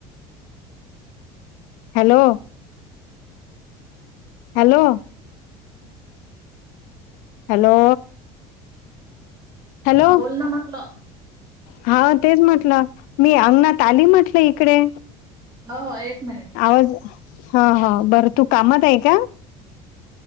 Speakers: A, on the left (about 70°); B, on the right (about 30°).
A: हॅलो हॅलो
B: <inaudible>
A: हॅलो हॅलो
B: हा बोल ना म्हटलं
A: हा तेच म्हटलं मी अंगणात आली म्हटलं इकडे
B: हो हो एक मिनिट
A: आवाज हा हा बरं तू कामात आहे का